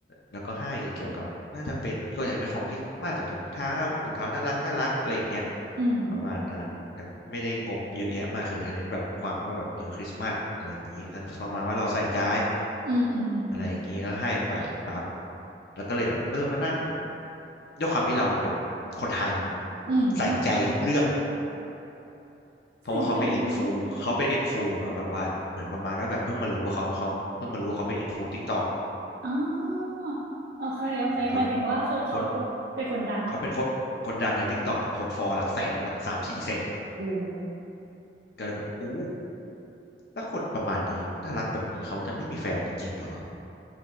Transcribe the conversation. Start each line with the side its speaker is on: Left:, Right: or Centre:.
Left: แล้วก็ให้เกี่ยวกับน่าจะเป็นก็อย่างเป็นของคริสต์มาสแต่ถุงเท้าถุงเท้าน่ารักน่ารักอะไรอย่างเงี้ย
Right: อืม
Left: ประมาณนั้นแต่ไม่ได้งบเยอะแยะมากคือให้เน้นแบบความว่าแบบเออคริสต์มาสอะไรอย่างงี้ประมาณว่าเราใส่ใจ
Right: อืมอืมอืม
Left: อะไรอย่างงี้แล้วให้ไปปั๊บ
Right: อืม
Left: แล้วก็เลยแบบเออมานั่งด้วยความที่เราเป็นคนไทย
Right: อืม
Left: ใส่ใจทุกเรื่อง เพราะว่าเขาเป็นอินฟูเขาเป็นอินฟูเนาะแบบว่าเหมือนประมาณว่าแบบเพิ่งมารู้ว่าเขาเขาเพิ่งมารู้ว่าเขาเป็นอินฟูทิกตอก
Right: ใส่ใจใช่วย อ๋อโอเคโอเคหมายถึงว่าคือเขา
Left: คนคน
Right: เป็นคนดัง
Left: เขาเป็นคนคนดังในทิกตอกคนฟอลหลักแสนละสามสี่แสนละ
Right: โอ้
Left: ก็เลยแบบอู้ถ้าคนประมาณนี้น่ารักแบบนี้เขาจะไม่มีแฟนจริงๆเหรอ